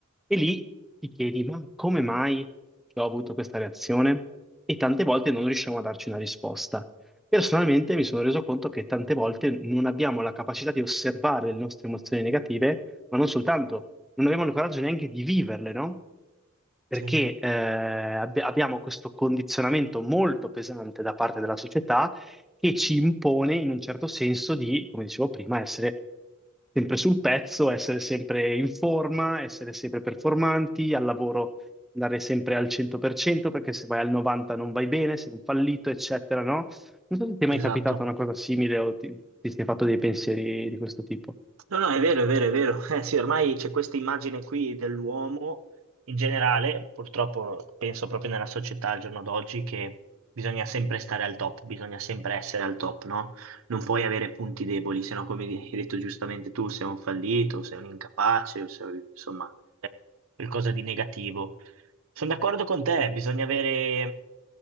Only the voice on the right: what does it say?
Sì,
esatto.
No, no, è vero, è vero, è vero. <laughs> Eh sì, ormai c'è questa immagine qui dell'uomo in generale, purtroppo penso proprio nella società al giorno d'oggi che bisogna sempre stare al top, bisogna sempre essere al top, no? Non puoi avere punti deboli, se no, come di- hai detto giustamente tu, sei un fallito, sei un incapace, o sei, insomma, qualcosa di negativo. Sono d'accordo con te, bisogna avere